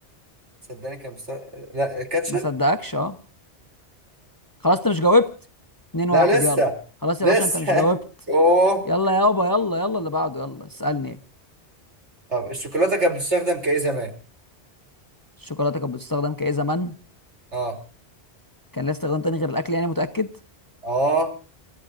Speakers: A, on the right (about 90°); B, on the left (about 20°).
A: صدقني كان بيستخدم لا الكاتشب
B: ما صدقكش اه خلاص انت مش جاوبت اتنين
A: لا
B: واحد
A: لسه
B: يلا خلاص يا
A: لسه
B: باشا انت مش جاوبت
A: <laughs> اوه
B: يلا يابا يلا يلا اللي بعده يلا اسالني ايه
A: طب الشوكولاته كانت بتستخدم كايه زمان
B: الشوكولاته كانت بتستخدم كايه زمان
A: اه
B: كان لها استخدام تاني غير الاكل يعني متاكد
A: اه